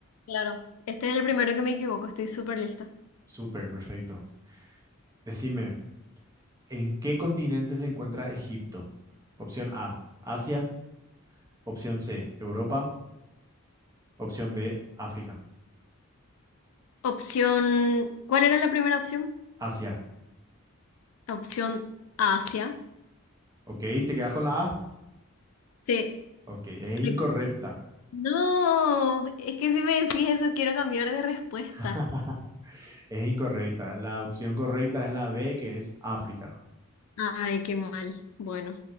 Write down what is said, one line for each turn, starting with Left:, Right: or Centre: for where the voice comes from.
Left: Claro, este es el primero que me equivoco, estoy súper lista.
Right: Súper, perfecto. Decime, ¿en qué continente se encuentra Egipto? Opción A, Asia. Opción C, Europa. Opción B, África.
Left: Opción, ¿cuál era la primera opción?
Right: Asia.
Left: Opción Asia.
Right: ¿Ok? ¿Te quedas con la A?
Left: Sí.
Right: Ok, es incorrecta.
Left: Ay, No, es que si me decís eso quiero cambiar de respuesta.
Right: <laughs> Es incorrecta. La opción correcta es la B, que es África.
Left: Ay, qué mal. Bueno,